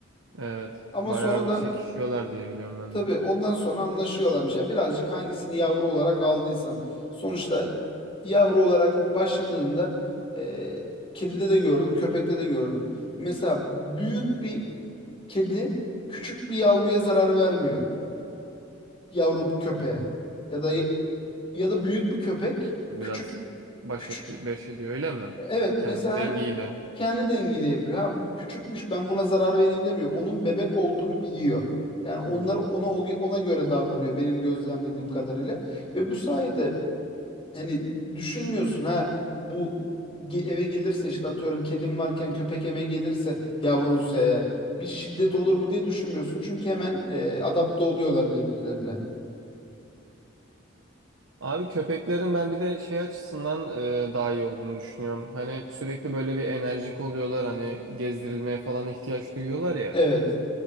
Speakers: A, on the right; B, on the left.
A: Evet.
B: Ama
A: Bayağı
B: sonradan
A: bir çekişiyorlar diye biliyorum ben
B: Tabii
A: de.
B: ondan sonra anlaşıyorlarmış. Ya birazcık hangisini yavru olarak aldıysan. Sonuçta yavru olarak başladığında e, kedide de gördüm, köpekte de gördüm. Mesela büyük bir kedi küçük bir yavruya zarar vermiyor. Yavru köpeğe. Ya da ya da büyük bir köpek
A: Biraz
B: küçük
A: baş,
B: küçük
A: etti- baş ediyor öyle mi?
B: evet
A: Kendi
B: mesela
A: dengiyle.
B: hani kendi dengiyle yapıyor. Ha bu küçükmüş ben buna zarar vereyim demiyor. Onun bebek olduğunu biliyor. Yani onlar
A: Hmm.
B: ona o- ona göre davranıyor benim gözlemlediğim kadarıyla. Ve bu sayede hani düşünmüyorsun ha bu ge- eve gelirse işte atıyorum kedim varken köpek eve gelirse yavrusu eğer bir şiddet olur mu diye düşünmüyorsun. Çünkü hemen e, adapte oluyorlar birbirlerine.
A: Abi köpeklerin ben bir de şey açısından e, daha iyi olduğunu düşünüyorum. Hani sürekli böyle bir enerjik oluyorlar hani gezdirilmeye falan ihtiyaç duyuyorlar ya.
B: Evet.